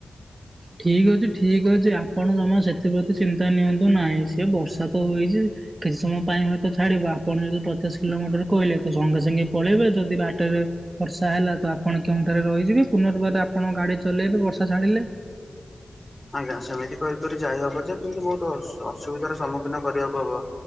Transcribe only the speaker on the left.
ଆଜ୍ଞା ସେମିତି କରିକରି ଯାଇହବ ଯେ କିନ୍ତୁ ବହୁତ୍ ଅସୁ - ଅସୁବିଧାର ସମ୍ମୁଖୀନ କରିବାକୁ ହବ।